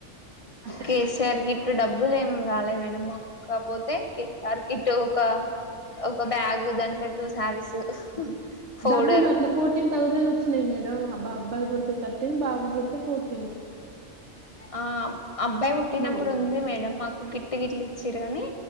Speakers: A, on the right; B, on the left.
A: అసలు
B: కేసీఆర్ గిట్టు డబ్బులు ఏం రాలే మేడం మాక్ క్కపోతే కేసర్కిట్టు ఒక ఒక బ్యాగు దాంట్లో టూ శారీస్ ఫోల్డర్
A: డబ్బులు అట్లా ఫోర్టీన్ థౌజండ్ వచ్చి లే మేడం అ అబ్బాయి పుడితే తర్టీన్ బాబు పుడితే ఫోర్టీన్
B: ఆ అబ్బాయి పుట్టినప్పుడు
A: ఒడి.
B: ఉంది మేడం మాకు గిట్టు గిట్లి ఇచ్చరు గాని